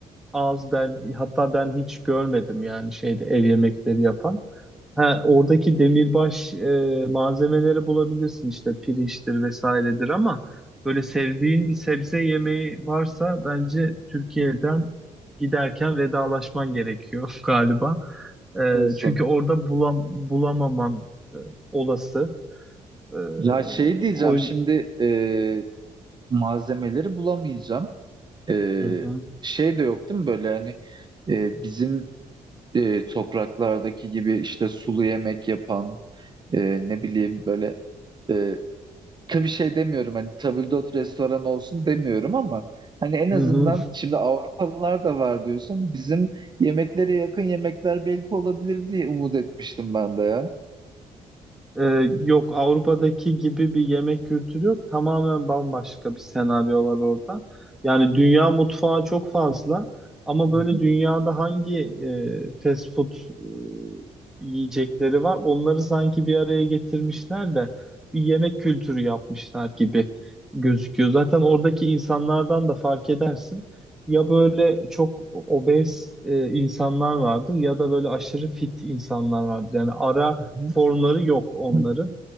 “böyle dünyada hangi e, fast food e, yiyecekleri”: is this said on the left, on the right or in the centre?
Centre